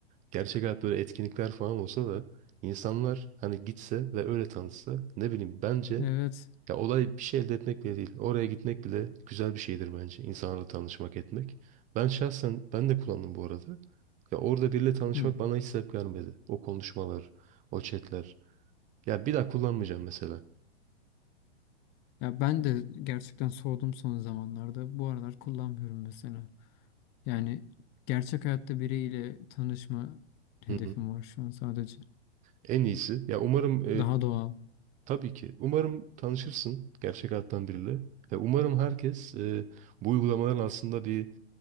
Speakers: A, on the right (about 25°); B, on the left (about 30°).
A: gerçek hayat böyle etkinlikler falan olsa da insanlar hani gitse ve öyle tanışsa ne bileyim bence
B: Evet.
A: ya olay bir şey elde etmek bile değil. Oraya gitmek bile güzel bir şeydir bence insanlarla tanışmak etmek. Ben şahsen ben de kullandım bu arada. Ya orada biriyle tanışmak
B: Hı.
A: bana hiç sebep vermedi. O konuşmalar, o chatler. Ya bir daha kullanmayacağım mesela.
B: Ya ben de gerçekten soğudum son zamanlarda. Bu aralar kullanmıyorum mesela. Yani gerçek hayatta biriyle tanışma hedefim
A: Hı hı.
B: var şu an sadece.
A: En iyisi. Ya umarım
B: Daha doğal.
A: Tabii ki. Umarım tanışırsın gerçek hayattan biriyle. Ve umarım herkes e, bu uygulamaların aslında bir